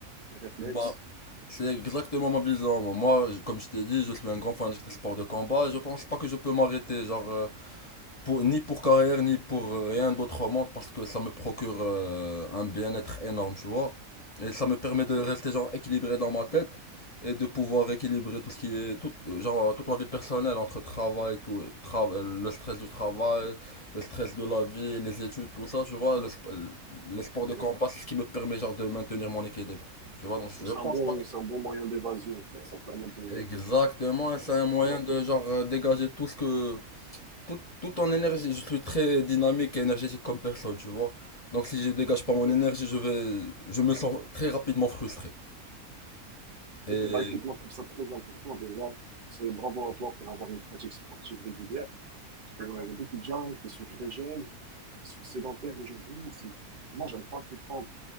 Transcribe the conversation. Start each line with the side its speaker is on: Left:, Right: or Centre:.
Right: les réflexes.
Left: bah, c'est exactement ma vision. Moi, je- comme je t'ai dit, je suis un grand fanatique des sports de combat et je pense pas que je peux m'arrêter. Genre, euh, Pour, ni pour carrière, ni pour rien d'autre au monde, parce que ça me procure euh, un bien-être énorme, tu vois. Et ça me permet de rester genre équilibré dans ma tête et de pouvoir équilibrer tout ce qui est tout euh, genre toute ma vie personnelle entre travail tout tra- le stress du travail le stress de la vie les études tout ça tu vois le sp- les sports de
Right: Euh,
Left: combat c'est ce qui me permet genre de maintenir mon équilibre tu vois donc je
Right: C'est
Left: pense
Right: un bon,
Left: pas que...
Right: c'est un bon moyen d'évasion, en fait. Ça permet de,
Left: exactement c'est un moyen
Right: voilà,
Left: de genre euh, dégager tout ce que tout, tout en énergie, je suis très dynamique et énergétique comme personne, tu vois. Donc si je dégage pas mon énergie, je vais, je me sens très rapidement frustré. Et
Right: Ok, bah écoute, moi je trouve ça très important déjà. C'est bravo à toi pour avoir une pratique sportive régulière. Parce que euh, il y a beaucoup de gens qui sont très jeunes, qui sont sédentaires aujourd'hui. c'est- Moi, j'arrive pas à comprendre